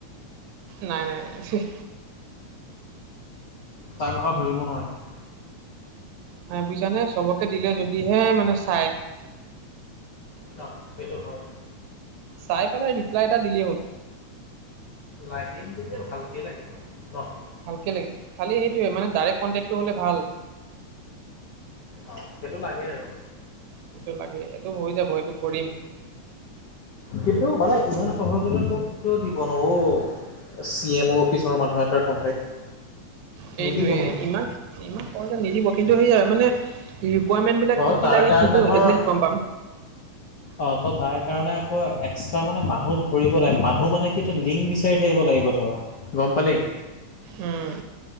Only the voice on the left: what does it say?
তাৰ কথা ধৰিব নোৱাৰি।
অ'সেইটো হয়।
লাগিম যেতিয়া ভালকে লাগিব আৰু নহ।
অ' সেইটো লাগে আৰু।
কিন্তু মানে ইমান সহজতে তোক তো দিব নোও। চি এম অ' অফিচৰ মানুহ এটাৰ কণ্টেক্ট।
নিদিব নহয়
তই
তাৰ
কাৰণে
ধৰ
অ' ত' তাৰ কাৰণে আকৌ এক্সট্ৰা মানে মানুহ ধৰিব লাগে, মানুহ মানে কি লিংক বিচাৰি থাকিব লাগিব ধৰ। গ'ম পালি।